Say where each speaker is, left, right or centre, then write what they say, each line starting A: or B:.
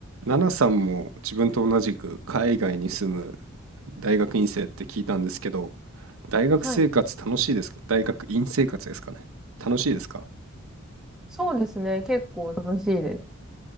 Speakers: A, on the right; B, in the centre.
A: ナナさんも自分と同じく海外に住む大学院生って聞いたんですけど、大学生活楽しいですか大学院生活ですかね楽しいですか
B: はい。そうですね。結構楽しいです。